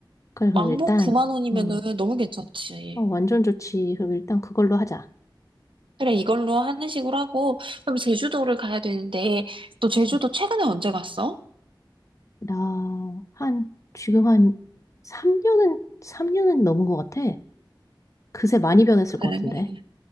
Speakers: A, on the left; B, on the right.
A: 그래, 그럼
B: 왕복
A: 일단,
B: 9만 원이면은
A: 어,
B: 너무 괜찮지.
A: 어, 완전 좋지. 그럼 일단 그걸로 하자.
B: 그래, 이걸로 하는 식으로 하고, 그럼 제주도를 가야 되는데, 너 제주도
A: 응.
B: 최근에 언제 갔어?
A: 나, 한, 지금 한 3년은, 3년은 넘은 것 같아. 그새 많이 변했을
B: 그래.
A: 것 같은데.